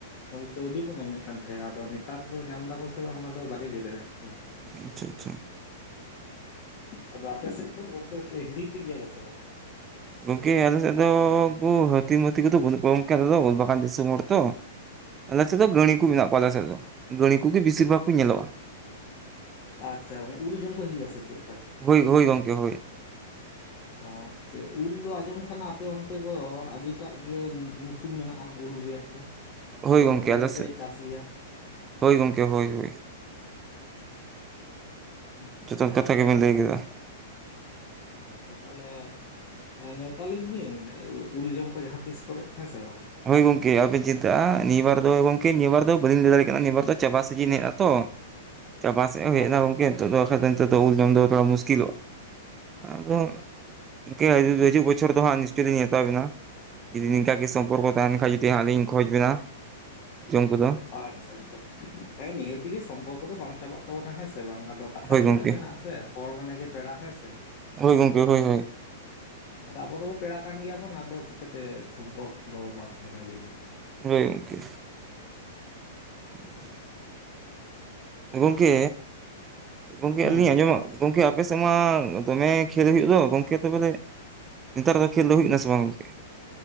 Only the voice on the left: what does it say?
ᱠᱟᱹᱣᱰᱤ ᱠᱚ ᱧᱟᱢᱮᱫ ᱠᱟᱱ ᱛᱟᱦᱮᱸᱼᱟ ᱟᱫᱚ ᱱᱮᱛᱟᱨ ᱫᱚ ᱧᱟᱢ ᱮᱫᱟ ᱠᱚ ᱥᱮ ᱵᱟᱝ ᱚᱱᱟ ᱫᱚ ᱵᱟᱞᱤᱧ ᱞᱟᱹᱭ ᱫᱟᱲᱮᱭᱟᱜ ᱠᱟᱱᱟ
ᱟᱫᱚ ᱟᱯᱮ ᱥᱮᱫ ᱫᱚ ᱜᱚᱝᱠᱮ ᱦᱤᱨᱤ ᱯᱮ ᱜᱮᱭᱟᱞ ᱥᱮ ᱵᱟᱝᱟ
ᱟᱪᱪᱷᱟ ᱢᱟᱱᱮ ᱩᱞ ᱡᱚᱢ ᱠᱚ ᱦᱤᱡᱩᱜ ᱟ ᱥᱮ ᱪᱮᱫ ᱯᱟᱪᱮᱫ
ᱚ ᱩᱞ ᱫᱚ ᱟᱸᱡᱚᱢ ᱠᱟᱱᱟ ᱟᱯᱮ ᱚᱱᱛᱮ ᱫᱚ ᱟᱹᱰᱤᱴᱟᱜ ᱜᱮ ᱧᱩᱛᱩᱢ ᱢᱮᱱᱟᱜᱼᱟ ᱩᱞ ᱨᱮᱭᱟᱜ ᱫᱚ
ᱛᱚ
ᱫᱚᱢᱮᱯᱮ
ᱪᱟᱥ ᱜᱮᱭᱟ
ᱟᱪᱪᱷᱟ
ᱟᱪᱪᱷᱟ ᱛᱟᱦᱚᱞᱮ ᱱᱮᱣᱛᱟᱞᱤᱧ ᱵᱤᱱ ᱩᱞ ᱡᱚᱢ ᱠᱚ ᱡᱟᱦᱟᱸ ᱛᱤᱥ ᱠᱚᱨᱮ ᱦᱮᱸ ᱥᱮ ᱵᱟᱝᱟ?
<inaudible>
ᱟᱪᱪᱷᱟ
ᱟᱪᱪᱷᱟ ᱟᱪᱪᱷᱟ ᱦᱮᱸ ᱱᱤᱦᱟᱹ ᱛᱮᱜᱮ ᱥᱚᱢᱯᱚᱨᱠᱚ ᱫᱚ ᱵᱟᱝ ᱪᱟᱵᱟᱜ ᱛᱟᱵᱚᱱᱟ ᱦᱮᱸ ᱥᱮ ᱵᱟᱝ ᱟᱫᱚ ᱠᱟᱛᱷᱟ
ᱨᱮᱜᱮ
ᱛᱚ ᱢᱮᱱᱟᱜᱥᱮ ᱦᱚᱲ ᱢᱚᱱᱮᱜ ᱜᱮ ᱯᱮᱲᱟ ᱦᱮᱸ ᱥᱮ
ᱟᱫᱚ
ᱟᱫᱚ ᱟᱵᱚ ᱫᱚᱵᱚ ᱯᱮᱲᱟ ᱠᱟᱱ ᱜᱮᱭᱟᱵᱚᱱ ᱟᱫᱚ ᱪᱤᱠᱟᱹᱛᱮ ᱥᱚᱢᱯᱚᱨᱠ ᱫᱚ ᱵᱟᱝ ᱛᱟᱦᱮᱱᱟ ᱞᱟᱹᱭᱵᱤᱱ
ᱦᱩᱸ